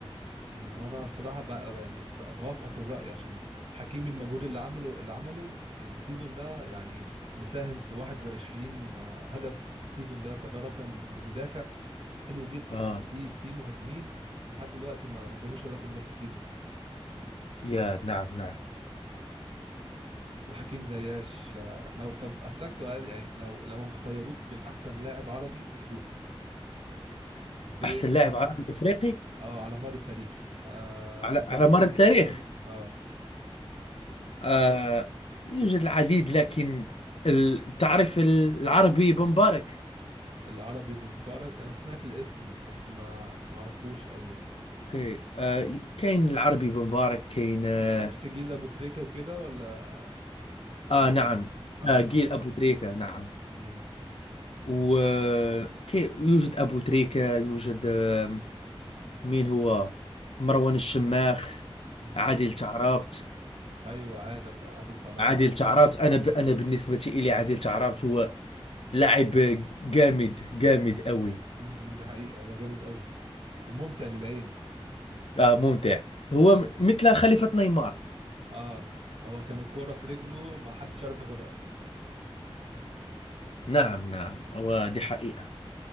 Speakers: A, on the right (about 75°); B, on the left (about 75°).
A: أمم. وانا الصراحة بقى يعني ب- بوافقك الرأي عشان حكيمي المجهود اللي عمله اللي عمله السيزون ده يعني مساهم في 21 آه، هدف السيزون ده فده رقم لمدافع حلو جدا
B: اه
A: ده في في مهاجمين لحد دلوقتي ما ما جابوش الرقم ده في السيزون
B: يا نعم نعم
A: وحكيم زياش آه، لو طب اسالك سؤال يعني لو لو خيروك بين احسن لاعب عربي افريقي بين
B: أحسن لاعب
A: هت-
B: عربي إفريقي
A: اه على مر التاريخ آه
B: على
A: انت
B: على
A: ممكن
B: مر التاريخ
A: اه
B: آه يوجد العديد لكن ال- تعرف العربي بن مبارك
A: العربي بن مبارك انا سمعت الاسم بس ما ما اعرفوش قوي يعني
B: أوكي آه كاين العربي بن مبارك كاين آه,
A: نفس جيل ابو تريكة وكده ولا ولا
B: آه نعم
A: اه
B: آه جيل أبو تريكة نعم
A: امم
B: ويوجد أبو تريكة يوجد آه مين هو مروان الشماخ
A: امم
B: عادل تعرابت
A: ايوه عادل عادل تعربت
B: عادل
A: عارفه
B: تعرابت أنا ب أنا بالنسبة إلي عادل تعرابت هو لاعب جامد جامد قوي
A: امم دي حقيقة هو جامد قوي وممتع للعين
B: آه ممتع هو م- مثل خليفة نيمار
A: اه هو كان الكرة في رجله ما حدش يعرف ياخدها
B: نعم نعم ودي حقيقة